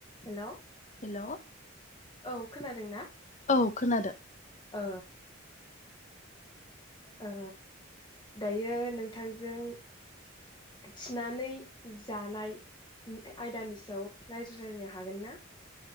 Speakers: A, on the left; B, on the left.
A: Hello
B: hello
A: औ खोनादों ना
B: औ खोनादों
A: ओ ओ दायो नोंथांजों थिनानै जानाय आयदानि सायाव रायज्लायनो हागोन ना